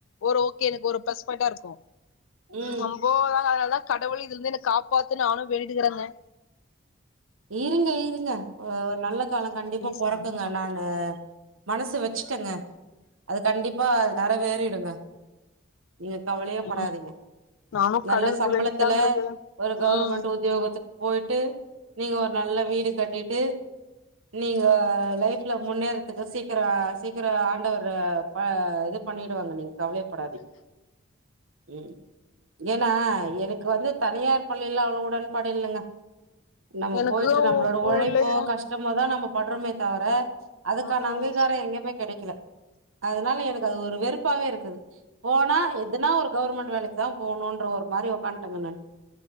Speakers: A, on the left; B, on the right.
A: ஒரு ஓகே எனக்கு ஒரு ப்ளஸ் பாயிண்டா இருக்கு
B: ம்
A: ரொம்போதா அதனால தா கடவுள் இதுல இருந்து என்ன காப்பாத்துனு நானு வேண்டிட்டுருக்குறேங்க
B: இருங்க இருங்க ஒரு நல்ல காலம் கண்டிப்பா
A: பேசுறாங்க
B: பொறக்குங்க
A: அம்மா ஆப்ல
B: நானு
A: பேசுறாங்க
B: மனசு வெச்சுட்டங்க அது கண்டிப்பா நெற வேறிடுங்க நீங்க கவலையே படாதீங்க
A: ம் நானு
B: நல்ல
A: கடவுள்கிட்ட
B: சம்பளத்துல
A: வேண்டிதாங்க இருக்கே
B: ஒரு கவர்மெண்ட்
A: ம்
B: உத்தியோகத்துக்கு போயிட்டு நீங்க ஒரு நல்ல வீடு கட்டிட்டு நீங்க லைஃப்ல முன்னேறத்துக்கு சீக்கிர சீக்கிர ஆண்டவர் ப இது பண்ணிடுவாங்க நீங்க கவலையேப்படாதீங் ம் ஏனா எனக்கு வந்து தனியார் பள்ளியில அவ்ளோ உடன்பாடு இல்லங்க நம்ம
A: எனக்கு
B: போயிட்டு நம்ளோட
A: புள்ளைங்க
B: உழைப்போ கஷ்டமோதா நம்ம பட்றோமே தவிர அதுக்கான
A: ம் ம்
B: அங்கீகார எங்கேமே கெடைக்கல அதனால எனக்கு அது ஒரு வெறுப்பாவே இருக்குது போனா எதுனா ஒரு கவர்மெண்ட் வேலைக் தா போணுன்ற ஒரு மாரி ஒக்காண்டேங்க நா